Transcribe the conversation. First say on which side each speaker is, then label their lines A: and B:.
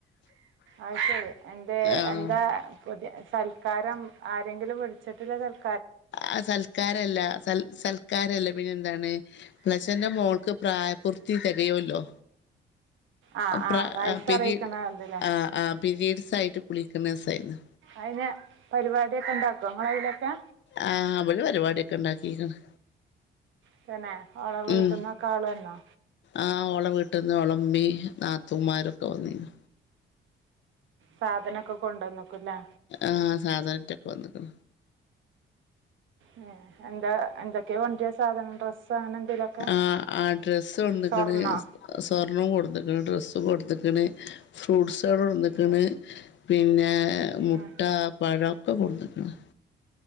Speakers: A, on the right; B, on the left.
A: അഹ് ശരി എന്തേ
B: ആ
A: എന്താ പുതി സൽക്കാരം ആരെങ്കിലും വിളിച്ച്ട്ട്ള്ള സ
B: ആ സൽക്കാരല്ല സൽക്കാരല്ല പിന്നെ എന്താണ് <unintelligible> ന്റെ മോൾക്ക് പ്രായ പൂർത്തി തികയുല്ലോ
A: ആ ആ
B: പ്രാ
A: വയസ്സറിയിക്കണ
B: പിരി
A: ഇതില്ലേ
B: ആ ആ പിരീഡ്സ് ആയിട്ട് കുളിക്കുന്ന സേ ഏന്നു
A: അതിന് പരിപാടിയൊക്കെ ഉണ്ടാക്കും നിങ്ങളതിലൊക്കെ
B: ആ അവള് പരിപാടിക്കെ ഉണ്ടാക്കിക്ക്ണ്
A: ത്തന്നെ ഓള വീട്ടുന്നൊക്കെ
B: ഉം
A: ആള് വന്നോ
B: ആ ഓള വീട്ടന്ന് ഓളെ ഇമ്മേം നാത്തൂമാരൊക്കെ വന്നിനു
A: സാധനമൊക്കെ കൊണ്ടുവന്നിക്കില്ലേ
B: ആഹ് സാധണട്ടൊക്കെ വന്നക്ക്ണ്
A: ഉ എന്താ എന്തൊക്കെയാ കൊണ്ടുവരിക സാധനം ഡ്രസ്സ് അങ്ങനെ എന്തെങ്കിലുമൊക്കെ
B: ആ ആ ഡ്രസ്സ്കൊണ്ടന്നുക്കണ്
A: സ്വർണ്ണോ
B: സ്വർണം കൊടുക്ക കൊക്ക ഡ്രസ്സ് കൊടുത്തക്കണ് ഫ്രൂട്ട്സ്ടെ കൊടുത്തക്കണ്
A: ഏ,
B: പിന്നെ മുട്ട
A: ആ,
B: പഴൊക്കെ കൊടുന്നുക്കണ്